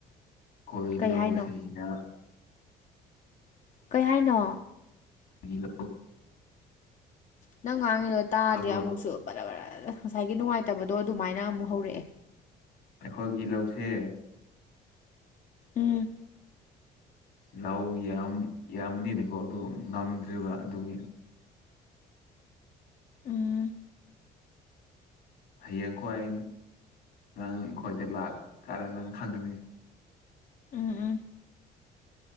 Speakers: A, on the left; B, on the left.
A: ꯀꯣꯏ
B: ꯀꯩ
A: ꯂꯎꯁꯤꯗꯣꯏ
B: ꯍꯥꯏꯅꯣ ꯀꯩ ꯍꯥꯏꯅꯣ
A: ꯏꯂꯦ
B: ꯅꯪ ꯉꯥꯡꯉꯤꯗꯣ ꯇꯥꯗꯦ
A: ꯇꯥꯕ꯭ꯔꯣ
B: ꯑꯃꯨꯛꯁꯨ ꯕꯔꯥ ꯔꯥ ꯉꯁꯥꯏꯒꯤ ꯅꯨꯡꯉꯥꯏꯇꯕꯗꯣ ꯑꯗꯨꯃꯥꯏꯅ ꯑꯃꯨꯛ ꯍꯧꯔꯛꯑꯦ
A: ꯑꯩꯈꯣꯏꯒꯤ ꯂꯧꯁꯦ
B: ꯎꯝ
A: ꯂꯧ ꯌꯥꯝꯃꯅꯤꯅꯀꯣ ꯑꯗꯨ ꯉꯝꯗ꯭ꯔꯦꯔꯤꯕ ꯑꯗꯨꯒꯤ
B: ꯎꯝ
A: ꯍꯌꯦꯡꯈꯣꯏ ꯅꯪ ꯑꯩꯈꯣꯏꯗ ꯂꯥꯛꯀꯥꯟꯔ ꯅꯪ ꯈꯪꯒꯅꯤ
B: ꯎꯝ ꯎꯝ